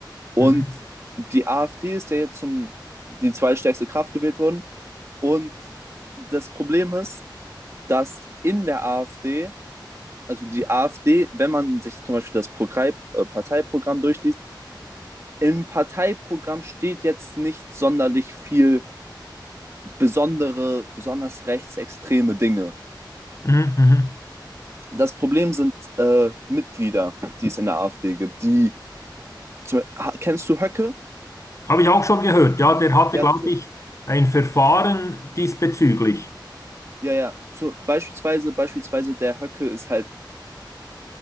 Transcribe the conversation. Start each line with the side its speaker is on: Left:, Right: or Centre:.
Right: Und
Left: Mhm.
Right: die AfD ist ja jetzt zum, die zweitstärkste Kraft gewählt worden. Und das Problem ist, dass in der AfD, also die AfD, wenn man sich zum Beispiel das Pro- äh, Parteiprogramm durchliest, im Parteiprogramm steht jetzt nicht sonderlich viel besondere, besonders rechtsextreme Dinge.
Left: Mhm. Mhm.
Right: Das Problem sind äh, Mitglieder, die es in der AfD gibt. Die zu, ha, kennst du Höcke?
Left: Habe ich auch schon gehört. Ja, der hatte,
Right: Ja,
Left: glaube
Right: zu,
Left: ich, ein Verfahren diesbezüglich.
Right: ja, ja. Zu, beispielsweise, beispielsweise der Höcke ist halt,